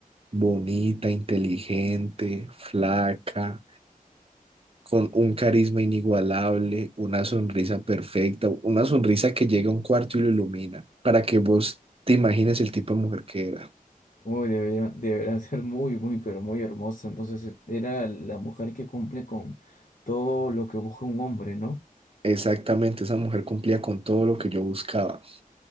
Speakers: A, on the right; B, on the left.
A: bonita, inteligente, flaca. con un carisma inigualable, una sonrisa perfecta, una sonrisa que llega a un cuarto y lo ilumina, para que vos te imagines el tipo de mujer que era.
B: Uy, debería, debería <laughs> ser muy, muy, pero muy hermosa. Entonces eh, era la mujer que cumple con todo lo que busca un hombre, ¿no?
A: Exactamente, esa mujer cumplía con todo lo que yo buscaba